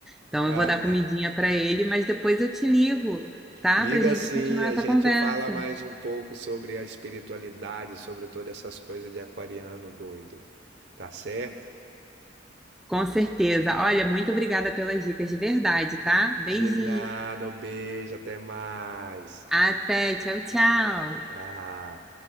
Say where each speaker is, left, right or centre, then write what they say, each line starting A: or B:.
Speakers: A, in the centre; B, on the right.
A: Então
B: Ah,
A: eu vou dar comidinha para ele, mas depois eu te ligo, tá?
B: Liga
A: Para a gente
B: sim,
A: continuar
B: a
A: essa
B: gente
A: conversa.
B: fala mais um pouco sobre a espiritualidade, sobre todas essas coisas de aquariano doido, tá certo?
A: Com certeza. Olha, muito obrigada pelas dicas de verdade, tá? Beijinho.
B: De nada, um beijo, até mais.
A: Até, tchau, tchau.
B: Tchau.